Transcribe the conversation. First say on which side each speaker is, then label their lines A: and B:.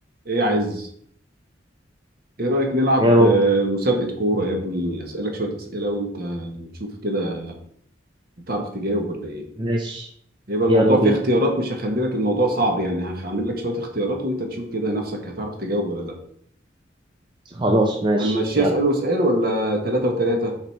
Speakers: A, on the right; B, on the right.
A: ايه عايز ايه رأيك نلعب
B: يا رب
A: آه، مسابقة كورة يا ابني اسألك شوية أسئلة وانت نشوف كده تعرف تجاوب ولا ايه
B: ماشي
A: هيبقى الموضوع
B: يلا بينا
A: فيه اختيارات مش هخلي لك الموضوع صعب يعني هخ- هعمل لك شوية اختيارات وانت تشوف كده نفسك هتعرف تجاوب ولا لا
B: خلاص ماشي
A: هنمشيها
B: يلا
A: اسأل واسأل ولا تلاتة وتلاتة